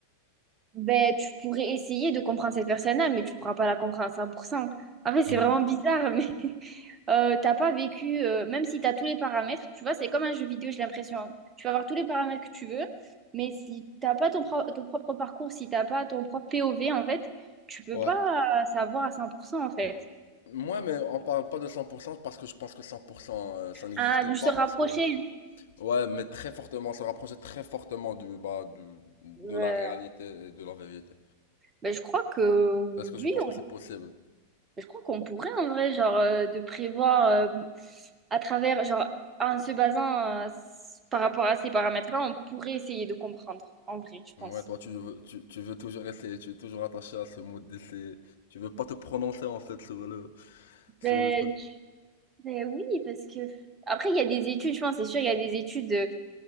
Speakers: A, on the right; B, on the left.
A: ben tu pourrais essayer de comprendre cette personne-là, mais tu pourras pas la comprendre à 100%. En fait, c'est
B: Mm.
A: vraiment bizarre, <laughs> mais... euh, t'as pas vécu, euh, même si t'as tous les paramètres, tu vois, c'est comme un jeu vidéo, j'ai l'impression. hein. Tu vas avoir tous les paramètres que tu veux, mais si t'as pas ton, pro- ton propre parcours, si t'as pas ton propre POV, en fait, tu peux
B: Ouais.
A: pas savoir à 100%, en fait.
B: Moi, mais on parle pas de 100% parce que je pense que 100% euh, ça n'existe
A: Ah, juste
B: pas
A: se rapprocher.
B: parce que ouais, mais très fortement, se rapprocher très fortement du bah du-
A: Euh,
B: de la réalité et de la vérité.
A: ben, je crois que oui,
B: Est-ce que tu penses que
A: on-
B: c'est possible?
A: je crois qu'on pourrait en vrai, genre, euh, de prévoir euh, à travers, genre, en se basant euh, s- par rapport à ces paramètres-là, on pourrait essayer de comprendre, en vrai, je
B: Ouais,
A: pense.
B: toi, tu veux, tu, tu veux toujours essayer, tu es toujours attaché à ce mot d'essayer. Tu veux pas te prononcer, en fait, sur le, sur
A: Ben,
B: le truc.
A: Ben oui, parce que après, il y a des études, je pense, c'est sûr, il y a des études euh,